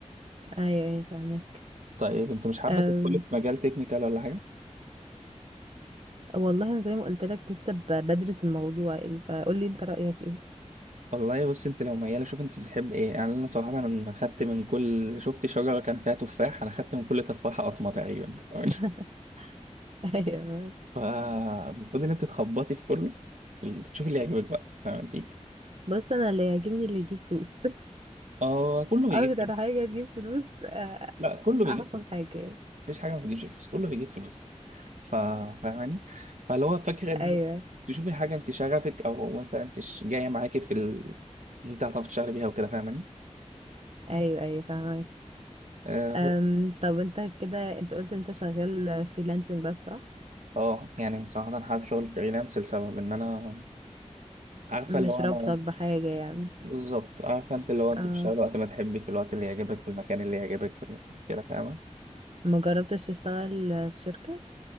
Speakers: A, on the right (about 55°); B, on the right (about 85°).
A: ايوه ايوه فاهمك
B: طيب أنت مش حابة
A: أم...
B: تدخلي في مجال تكنيكال ولا حاجة؟
A: والله انا زي ما قلت لك لسه ب- بدرس الموضوع ايه فقول لي انت رأيك ايه
B: والله بص أنت لو ميالة شوف أنت تحب إيه يعني أنا صراحة أنا خدت من كل شفت شجرة كان فيها تفاح أنا خدت من كل تفاحة قطمة تقريبا <laughs>
A: <laughs> ايوه
B: فالمفروض إن أنت تخبطي في كله تشوفي اللي يعجبك بقى فاهمة أنت؟
A: بص انا اللي يعجبني اللي يجيب فلوس <laughs>
B: آه كله بيجيب
A: اكتر
B: فلوس
A: حاجة تجيب فلوس آه،
B: لا كله بيجيب
A: احسن حاجة يعني.
B: مفيش حاجه ما بتجيبش فلوس كله بيجيب فلوس ف- فاهماني فاللي هو فاكره ان
A: ايوه
B: تشوفي حاجه انت شغفك او مثلا انت ش- جايه معاكي في ال... انت هتعرفي تشتغلي بيها وكده فاهماني
A: ايوه ايوه فاهمك
B: اه ف-
A: أم طب انت كده انت قلت انت شغال فريلانسنج بس صح
B: آه، يعني صراحه حابب شغل فريلانس لسبب ان انا عارفه
A: مش
B: اللي هو
A: رابطك
B: انا
A: بحاجة يعني
B: بالظبط عارفه انت اللي هو انت
A: اه
B: بتشتغلي وقت ما تحبي في الوقت اللي يعجبك في المكان اللي يعجبك في ال- كده فاهمه
A: ما جربتش تشتغل في شركة